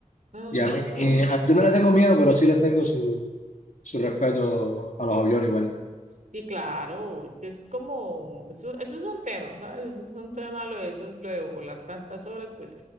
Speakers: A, on the right; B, on the left.
A: ay,
B: Y a mí,
A: no.
B: a- yo no le tengo miedo, pero sí les tengo su, su respeto a los aviones igual.
A: Sí, claro, es que es como, eso, eso es un tema, ¿sabes? Eso es un tema, lo de, esos- lo de volar tantas horas, pues